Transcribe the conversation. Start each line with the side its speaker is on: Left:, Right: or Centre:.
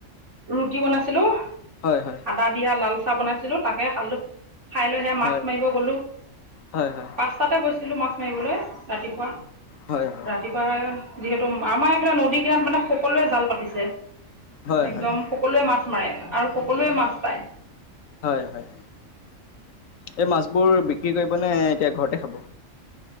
Right: ৰুটি বনাইছিলো,
Left: হয়, হয়,
Right: আদা দিয়া লাল পিঠা বনাইছিলো, তাকে খালো। খাই লৈ হেয়া মাছ
Left: হয়,
Right: মাৰিব গলো।
Left: হয়, হয়,
Right: পাঁচটাতে গৈছিলো মাছ মাৰিবলে ৰাতিপুৱা,
Left: হয়,
Right: ৰাতিপুৱা। যিহেতু আমাৰ এইফালে নদী কিনাৰত মানে সকলোৱে জাল পাতিছে।
Left: হয়,
Right: একদম
Left: হয়,
Right: সকলোৱে মাছ মাৰে আৰু সকলোৱে মাছ পায়।
Left: হয়, হয়। এই মাছবোৰ বিক্ৰী কৰিব নে এতিয়া ঘৰতে খাব?